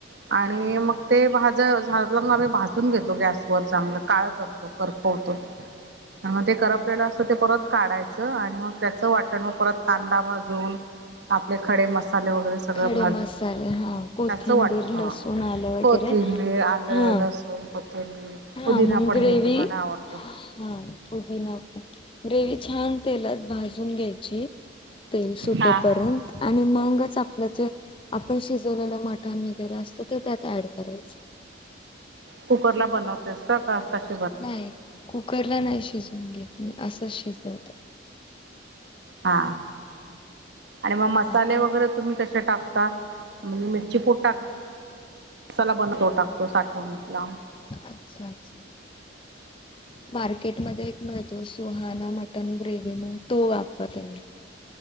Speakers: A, on the right (about 65°); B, on the left (about 25°).
A: आणि मग ते भाज मग आम्ही भाजून घेतो गॅसवरर चांगलं काळ करतो करो. होतो. आणि मग ते करपलेलं असतं ते परत काढायचं. आणि मग त्याचं वाटण मग परत कांदा भाजून, आपले खडे मसाले वगैरे सगळं
B: खडे
A: भाजून
B: मसाले हा. कोथिंबीर
A: त्याचं वाटण हा
B: लसूण आलं वगैरे
A: कोथिंबीर आलं
B: हा.
A: लसूण कोथिंबीर
B: हा
A: पुदिना
B: मंगं
A: पण
B: ग्रेवी
A: घेते मला आवडतो
B: हां पुदिना. ग्रेवी छान तेलात भाजून घ्यायची तेल सुटेपर्यंत
A: हा
B: आणि मगच आप त्या ज आपण शिजवलेलं मटण वगैरे असतं ते त्यात ऍड करायचं.
A: कुकर ला बनवतेस का कशात.
B: नाही कुकरला नाही शिजून घेत मी असंच शिजवत.
A: हा आणि मग मसाले
B: बाकी
A: वगैरे तुम्ही कशा टाकता म्हणजे मिरची पूट टाकता. कसाला बनतो टाकतो साठवण लांब
B: अच्छा अच्छा.
A: <unintelligible>
B: मार्केटमध्येध्ये एक मिळतो सुहाना मटन ग्रेव म्हण तो वापरते मी.